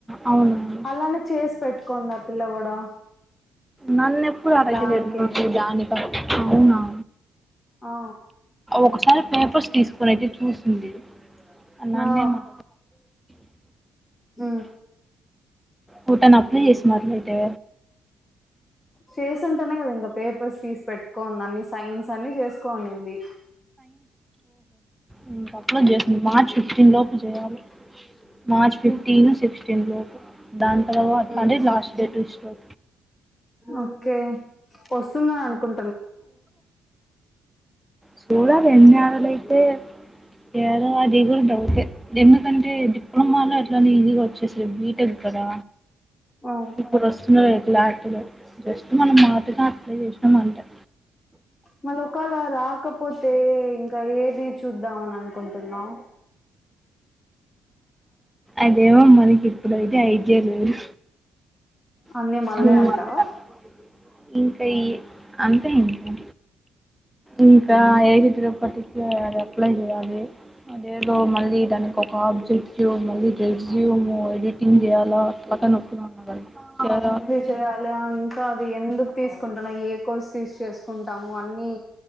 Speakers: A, in the centre; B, on the left.
A: అవునండి
B: అలానే చేసి పెట్టుకో ఉంది ఆ పిల్ల కూడా
A: నన్నెప్పుడూ అడగలేదు
B: దానికే
A: <inaudible> అవునవును
B: ఆ
A: ఒకసారి పేపర్స్ తీసుకొని అయితే చూసింది నన్నేం
B: ఆ
A: <inaudible>
B: ఊ
A: ఊ తను అప్లై చేసింది అట్లైతే
B: చేసింటేనే కదా ఇంక పేపర్స్ తీసి పెట్టుకో ఉంది అన్నిస్ సైన్స్ అన్నీ చేసుకో ఉనింది
A: ఊ తొక్కలో చేసింది మార్చ్ ఫిఫ్టీన్ లోపు చేయాలి మార్చ్ ఫిఫ్టీన్
B: ఉహు
A: సిక్స్టీన్ లోపు దాని తర్వాత
B: ఉమ్
A: అంటే లాస్ట్ డే ట్యూసడే
B: ఓకే వస్తుందని అనుకుం
A: సూడాలి ఏం గాదులే తే ఏదో అది కూడా డౌట్ ఏ ఎందుకంటే డిప్లమా లో ఇట్ల ఈజీగా వచ్చేసేది బి టెక్ కదా
B: ఆ
A: ఇప్పుడు వస్తున్నారు ఏట్లా <inaudible> జస్ట్ మనం <inaudible> గా అప్లై చేసినాం అంటే
B: మళ్ళ ఒకేళ రాకపోతే ఇంక్ ఇంకా ఏది చూద్దామని అనుకుంటున్నావ్
A: అదేమో మనకి ఇప్పుడు ఐతే ఐడియ లేదు
B: అన్ని
A: <unintelligible>
B: మళ్ళే అంటావా
A: ఇంకా ఈ అంతే ఇంక ఇంకా <unintelligible> అప్లై చేయాలి అదేదో మళ్ళీ దానికి ఒక ఆబ్జెక్టివ్ మళ్ళీ జూమ్ ఎడిటింగ్ చేయాలా <unintelligible>
B: చేయాల ఇంకా అది ఎందుకు తీసుకుంటన ఏ కోర్సు తీసి చేసుకుంటాము అన్నీ